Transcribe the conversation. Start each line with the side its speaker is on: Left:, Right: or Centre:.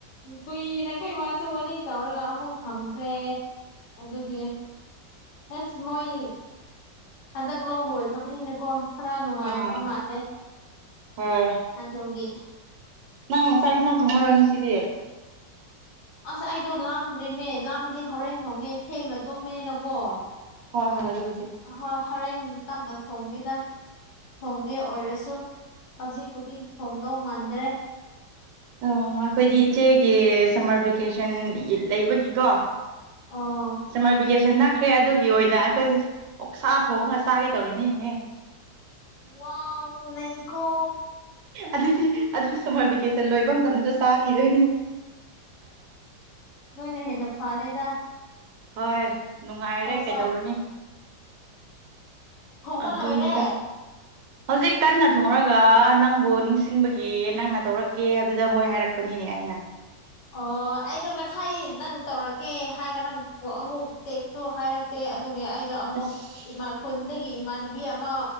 Left: ꯀꯨꯏꯅ ꯑꯩꯈꯣꯏ ꯨ ꯋꯥꯔꯤ ꯇꯧꯔꯒ ꯑꯃꯨꯛ ꯊꯝꯈ꯭ꯔꯦ ꯑꯗꯨꯒꯤ ꯑꯁ ꯃꯣꯏꯗꯤ ꯍꯟꯗꯛ ꯂꯧ ꯂꯣꯏꯈ꯭ꯔꯕꯅꯤꯅꯀꯣ ꯈꯔ ꯅꯨꯡꯉꯥꯏꯕ
Right: ꯑꯥ
Left: ꯃꯥꯥꯟꯂꯩ
Right: ꯍꯣꯏ
Left: ꯑꯗꯒꯦ
Right: ꯅꯪ ꯆꯥꯛ ꯏꯟꯁꯥꯡ ꯊꯣꯡꯉꯔꯣꯏ ꯁꯤꯗꯤ
Left: ꯑꯁ ꯑꯩꯗꯣ ꯂꯥꯝꯗ꯭ꯔꯤꯃꯦ ꯂꯥꯃꯗꯤ ꯍꯣꯔꯦꯟ ꯊꯣꯡꯒꯦ ꯊꯦꯡꯅ ꯇꯨꯝꯕꯅꯤꯅꯀꯣ
Right: ꯍꯣꯏ ꯍꯣꯏ ꯑꯗꯨ
Left: ꯑꯣꯏ ꯍꯣꯔꯦꯟ ꯇꯝꯅ ꯊꯣꯡꯉꯦꯗ ꯊꯣꯡꯒꯦ ꯑꯣꯏꯔꯁꯨ ꯍꯧꯖꯤꯛꯄꯨꯗꯤ ꯊꯣꯡꯗꯧ ꯃꯥꯟꯗ꯭ꯔꯦ
Right: ꯑꯣ ꯑꯩꯈꯣꯏꯗꯤ ꯏꯆꯦꯒꯤ ꯁꯝꯃꯔ ꯚꯦꯀꯦꯁꯟ ꯂꯩꯕꯒꯤꯀꯣ
Left: ꯑꯣ
Right: ꯁꯔ ꯀꯦꯁꯟ ꯅ ꯆꯠꯈ꯭ꯔꯦ ꯑꯗꯨꯒꯤ ꯑꯣꯏꯅ ꯑꯩꯈꯣꯏꯁꯦ ꯁꯥ ꯊꯣꯡꯉꯒ ꯆꯥꯒꯦ ꯇꯧꯔꯤꯅꯤꯅꯦꯍꯦ
Left: ꯋꯥ ꯅ ꯀꯣ
Right: ꯑꯗꯨꯗꯤ ꯑꯗꯨ ꯁꯝꯃꯔ ꯚꯦꯀꯦꯁꯟ ꯂꯣꯏꯕ ꯃꯇꯝꯗꯁꯨ ꯆꯥꯈꯤꯗꯣꯏꯅꯦ
Left: ꯅꯣꯏꯅ ꯍꯦꯟꯅ ꯐꯥꯔꯦꯗ
Right: ꯍꯣꯏ ꯅꯨꯡꯉꯥꯏꯔꯦ ꯀꯩꯗꯧꯔꯨꯅꯤ
Left: ꯆꯥꯎ ꯈꯣꯡꯕ
Right: ꯑꯗꯨꯅꯦꯗ
Left: ꯂꯣꯏꯔꯦ
Right: ꯍꯧꯖꯤꯛ ꯀꯟꯅ ꯊꯣꯡꯔꯒ ꯅꯪꯕꯨ ꯅꯤꯡꯁꯤꯡꯕꯒꯤ ꯅꯪꯅ ꯇꯧꯔꯛꯀꯦ ꯍꯥꯏꯕꯗ ꯍꯣꯏ ꯍꯥꯏꯔꯛꯄꯅꯤꯅꯦ ꯀꯅ
Left: ꯑꯣ ꯑꯩꯗꯣ ꯉꯁꯥꯏ ꯅꯪ ꯇꯧꯔꯛꯒꯦ ꯍꯥꯏꯔꯒ ꯅꯪ ꯑꯃꯨꯛ ꯇꯦꯛꯁꯇꯨ ꯍꯥꯏꯔꯛꯇꯦ ꯑꯗꯨꯒꯤ ꯑꯩꯗꯣ ꯑꯃꯨꯛ
Right: ꯑꯁ
Left: ꯏꯃꯥ ꯈꯨꯟꯗꯒꯤ ꯏꯃꯥ ꯅꯨꯕꯤ ꯑꯃ